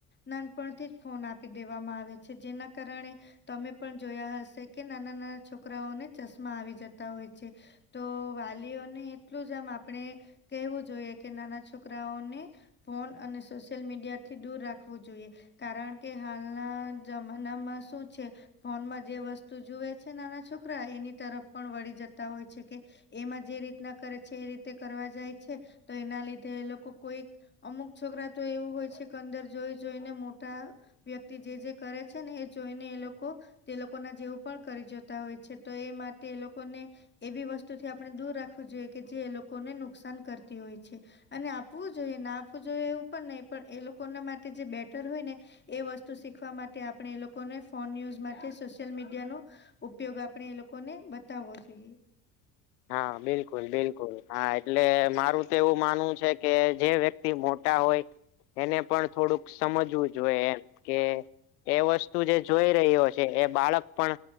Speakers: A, on the left (about 25°); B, on the left (about 80°).
A: નાનપણથી જ ફોન આપી દેવામાં આવે છે જેના કારણે તમે પણ જોયા હશે કે. નાના નાના છોકરાઓને ચશ્મા આવી જતા હોય છે. તો વાલીઓને એટલું જ આમ આપણેે કેહેવું જોઈએ કે નાના છોકરાઓને. ફોન અને સોશિયલ મીડિયા થી દૂર રાખવું જોઈએ. કારણ કે હાલના જમાનામાં શું છે ફોનમાં જે વસ્તુ જુએ છે નાના છોકરા એની તરફ પણ વળી જતા હોય છે કે એમાં જે રીતના કરે છે એ રીતે કરવા જાય છે તો એના લીધે એ લોકો કોઈક અમુક છોકરા તો એવું હોય છે કે અંદર જોઈ જોઈને મોટા વ્યક્તિ જે જે કરે છે ને એ જોઈને એ લોકો તે લોકોના જેવુ પણ કરી જોતા હોય છે તો એ માટે એ લોકોને એવી વસ્તુથી આપણે દૂર રાખવું જોઈએ કે જે એ લોકોને નુકસાન કરતી હોય છે. અને આપવું જોઈએ ના આપવું જોઈએ એવું પણ નહી પણ એ લોકોના માટે જે બેટર હોય ને એ વસ્તુ શીખવા માટે આપણે એ લોકોને ફોન યુઝ માટે સોશિયલ મીડિયા નો ઉપયોગ આપણેે એ લોકો ને બતાવવો જોઈએ.
B: હા બિલકુલ બિલકુલ હા એટલે મારું તો એવું માનવું છે કે જે વ્યક્તિ મોટા હોય એને પણ થોડુંક સમજવું જોઈએ એમ કે એ વસ્તુ જે જોઈ રહ્યો છે એ બાળક પણ